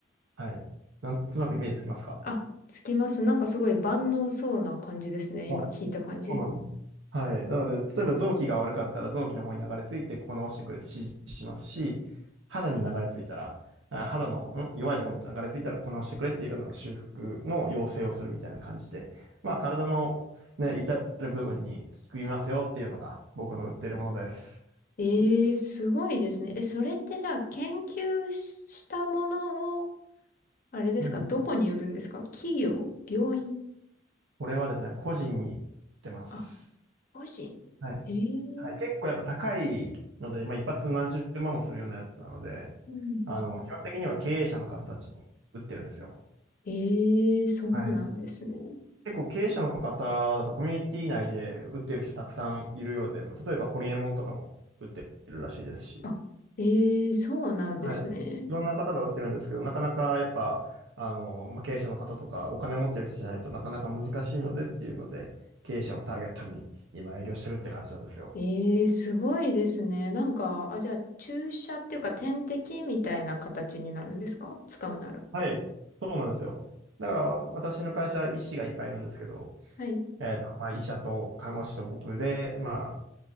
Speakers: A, on the right; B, on the left.
A: はい。なんとなくイメージつきますか
B: あ、つきます。なんかすごい万能そうな感じですね。今聞いた感じ。
A: あ、そうなんです。はい。なので、例えば臓器が悪かったら臓器の方に流れ着いて、ここ直してくれって指示しますし、肌に流れ着いたら、あ肌の、ん弱いところに流れ着いたら、ここ直してくれっていうような修復の要請をするみたいな感じで、まあ、体の、ね、至る部分に効きますよっていうのが僕の売ってるものです。
B: ええ、すごいですね。え、それってじゃあ研究したものを、あれですか、
A: うん。
B: どこに売るんですか企業病院
A: これはですね、個人に売ってます。
B: あ、個人ええ、
A: はい。はい。結構やっぱ高いので、まあ一発何十万もするようなやつなので、
B: うん。
A: あの、基本的には経営者の方たちに売ってるんですよ。
B: ええ、そうなんですね。
A: はい。結構経営者の方だとコミュニティ内で売ってる人たくさんいるようで、まあ例えばホリエモンとかも売ってるらしいですし、
B: あ、ええ、そうなんですね。
A: はい。いろんな方が売ってるんですけど、なかなかやっぱ、あの、まあ、経営者の方とかお金持ってる人じゃないとなかなか難しいのでっていうので、経営者をターゲットに今営業してるって感じなんですよ。
B: ええ、すごいですね。なんか、あ、じゃあ注射っていうか点滴みたいな形になるんですか使うなら。
A: はい。そうなんですよ。だから、私の会社、医師がいっぱいいるんですけど、
B: はい。
A: えっと、まあ、医者と看護師と僕で、まあ、